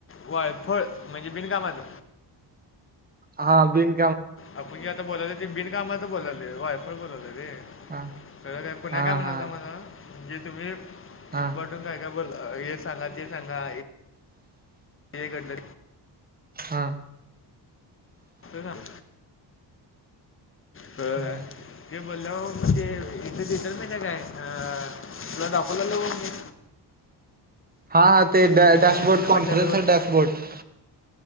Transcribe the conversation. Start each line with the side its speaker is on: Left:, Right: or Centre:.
Left: वायफळ म्हणजे बिणकामाचं
Right: हा बिन
Left: आपण जे आता बोलाले ते बिनकामाचं बोलाले वायफळ बोलाले
Right: हा
Left: अरे <unintelligible> पुण्या
Right: हा
Left: काय म्हणाला
Right: हा
Left: होता मला की जे तुम्ही
Right: हा
Left: इम्पॉर्टंट काय काय बोलला हे सांगा, ते सांगा, हे घडलं
Right: हा.
Left: ते सांग कळलं
Right: हा
Left: काय. मी बोललो म्हणजे इथे भेटल महितीय काय, अ तुला दाखवलेलं बघ मी
Right: हा हा ते डॅ
Left: इथं
Right: डॅशबोर्ड
Left: शून्य शून्य
Right: कॉन्फरन्सरच
Left: पडलेलं बघ
Right: डॅशबोर्ड